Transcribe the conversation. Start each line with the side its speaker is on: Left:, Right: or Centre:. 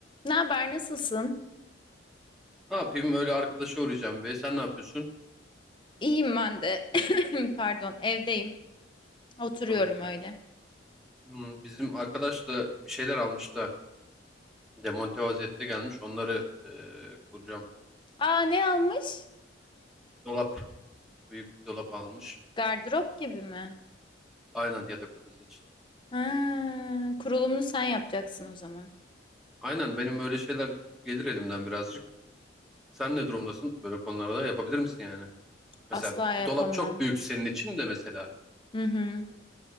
Left: Ne haber, nasılsın?
Centre: Ne yapayım öyle arkadaşa uğrayacağım be. Sen ne yapıyorsun?
Left: İyiyim ben de. <laughs> <coughs> Pardon, evdeyim. Oturuyorum
Centre: Sorun değil.
Left: öyle.
Centre: Hmm, bizim arkadaş da bir şeyler almış da demonte vaziyette gelmiş. Onları eee, kuracağım.
Left: Aa, ne almış?
Centre: Dolap. Büyük bir dolap almış.
Left: Gardırop gibi mi?
Centre: Aynen yatak odası için.
Left: Ha, kurulumunu sen yapacaksın o zaman.
Centre: Aynen benim öyle şeyler gelir elimden birazcık. Sen ne durumdasın? Böyle konularda yapabilir misin yani? Mesela
Left: Asla yapamam.
Centre: dolap çok büyük senin için de mesela.
Left: Hı hı.